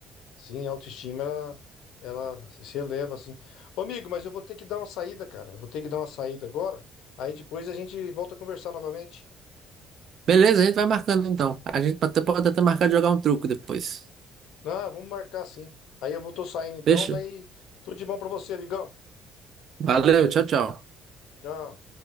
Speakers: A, on the left; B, on the right.
A: Sim, a autoestima, ela, ela se eleva, assim. Ô, amigo, mas eu vou ter que dar uma saída, cara. Eu vou ter que dar uma saída agora. Aí depois a gente volta a conversar novamente.
B: Beleza, a gente vai marcando então. A gente até pode até marcar de jogar um truco depois.
A: Ah, vamos marcar sim. Aí eu vou, tô saindo então,
B: Fechou?
A: daí tudo de bom pra você, amigão.
B: Valeu, tchau, tchau.
A: Tchau.